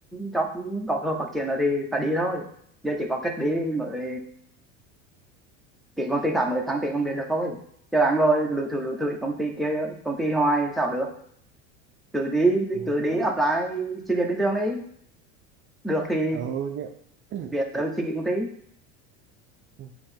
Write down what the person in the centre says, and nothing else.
cho có cơ hội phát triển nữa thì phải đi thôi giờ chỉ có cách đi mới tiếng công ty khác mới thăng tiền công việc được không ấy chứ ăn rồi lủi thủi lủi thủi công ty kia công ty hoài sao được cứ đi
cứ đi apply xin việc bình thường đấy được thì
việc đơn xin nghỉ công ty